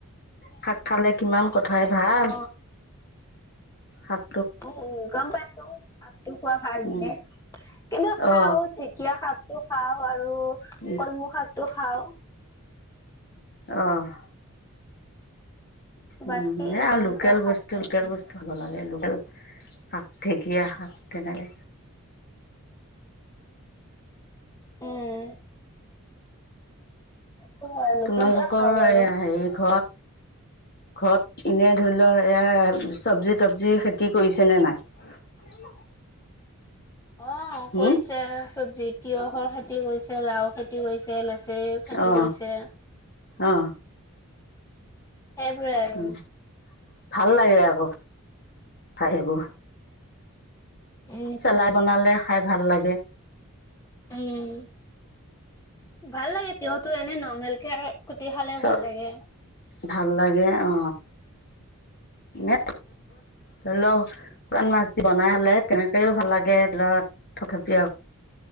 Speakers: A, on the left (about 50°); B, on the left (about 15°).
A: শাক খালে কিমান কথাই ভাল।
B: অ
A: শাক
B: উম গম পাইছো শাকটো খোৱা ভাল
A: উম
B: বুলি কিন্তু খাও
A: অ
B: ঢেকীয়া শাকটো খাও আৰু
A: উম
B: কলমৌ শাক টো খাওঁ
A: অহ
B: বাকী
A: উম এ
B: ইমানটা
A: লোকেল
B: শাক
A: বস্তু
B: ভাল
A: লোকেল
B: নালাগে
A: বস্তু হব লাগে। শাক ঢেকীয়া শাক তেনেকে
B: উম সেইটো হয় লোকেলটোৱে
A: তোমালোকৰ
B: খাওঁ বাৰু
A: এ হেৰি ঘৰত ঘৰত এনে ধৰিল এয়া চবছি তবজি খেতি কৰিছে নে নাই
B: অ
A: হম
B: কৰিছে চব তিয়হৰ খেতি কৰিছে লাউৰ খেতি কৰিছে লেছ তে খেতি
A: অ
B: কৰিছে।
A: অ
B: সেইবোৰে আৰু
A: উম ভাল লাগে আকৌ খাই হেবো।
B: উম
A: চেলাই বনালে। খাই ভাল লাগে।
B: উম, ভাল লাগে তিয়টো এনে নমেলকে আৰ কুটি খালে
A: চ
B: ভাল লাগে।
A: ভাল লাগে অ এ ধৰি লওক শুকান মাছ দি বনাই হলে তেনেকেও ভাল লাগে। থপথপিয়া